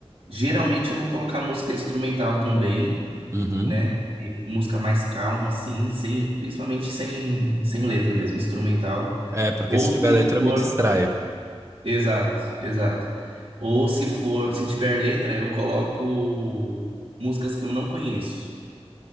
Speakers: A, on the right (about 65°); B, on the right (about 25°).
A: geralmente eu vou colocar música instrumental também,
B: Uhum.
A: né? E música mais calma assim, sem principalmente sem sem letra mesmo, instrumental.
B: É, porque
A: Ou
B: se tiver
A: se
B: letra
A: for,
B: eu me distraio.
A: exato, exato. Ou se for, se tiver letra, eu coloco músicas que eu não conheço,